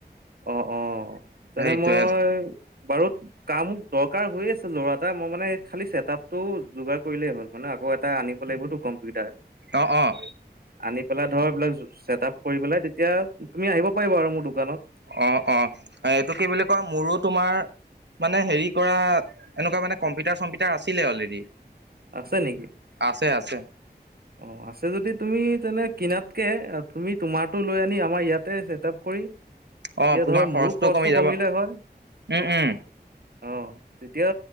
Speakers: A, on the right; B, on the right.
A: অ অ তেনে
B: সেইটোৱে
A: মই বাৰু কাম দৰকাৰ হৈয়ে আছে ল'ৰা এটা মই মানে খালি ছেটাপটো যোগাৰ কৰিলেই হ'ল মানে আকৌ এটা আনিব লাগিবতো কম্পিউটাৰ।
B: অ' অ'
A: আনি পেলাই ধৰ এইবিলাক জো চেট আপ কৰি পেলাই তেতিয়া তুমি আহিব পাৰিবা আৰু মোৰ দোকানত।
B: অ অ এইটো কি বুলি কয়, মোৰো তোমাৰ মানে হেৰি কৰা এনোকুৱা মানে কম্পিউটাৰ - চম্পিউটাৰ আছিলে অলৰেডি।
A: আছে নিকি?
B: আছে আছে।
A: অ আছে যদি তুমি তেনে কিনাতকে আ তুমি তোমাৰটো লৈ আনি আমাৰ ইয়াতে চেট আপ কৰি তেতিয়া
B: অ', তোমাৰ
A: ধৰ মোৰো খৰচটো
B: কমি যাব
A: কমিলে হয়।
B: উম, উম,
A: অ, তেতিয়া